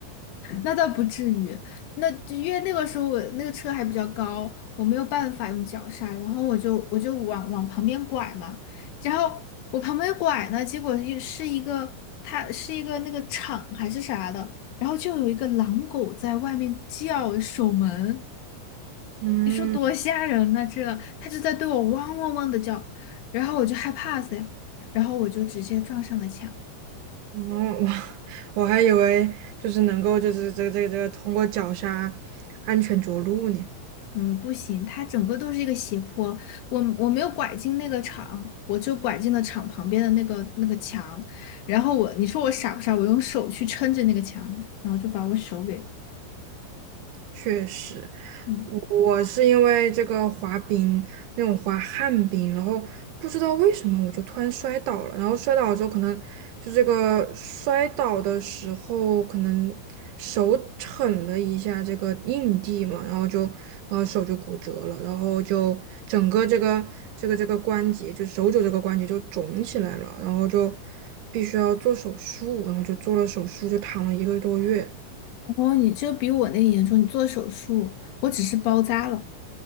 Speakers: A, on the left; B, on the right.
A: 那倒不至于，那就因为那个时候我那个车还比较高，我没有办法用脚刹，然后我就我就往往旁边拐嘛，然后我旁边拐呢，结果又是一个它是一个那个厂还是啥的，然后就有一个狼狗在外面叫守门，
B: 嗯，
A: 你说多吓人呐、这它就在对我汪汪汪的叫，然后我就害怕死呀，然后我就直接撞上了墙。
B: 哦，哇，我还以为就是能够就是这个这个这个通过脚刹安全着陆呢。
A: 嗯，不行，它整个都是一个斜坡，我我没有拐进那个场，我就拐进了场旁边的那个那个墙，然后我，你说我傻不傻？我用手去撑着那个墙，然后就把我手给，
B: 确实，
A: 嗯，
B: 我是因为这个滑冰那种滑旱冰，然后不知道为什么我就突然摔倒了，然后摔倒了之后可能就这个摔倒的时候可能手蹭了一下这个硬地嘛，然后就然后手就骨折了，然后就整个这个这个这个关节就手肘这个关节就肿起来了，然后就必须要做手术，然后就做了手术就躺了一个多月。
A: 哦，你这比我那个严重，你做手术，我只是包扎了，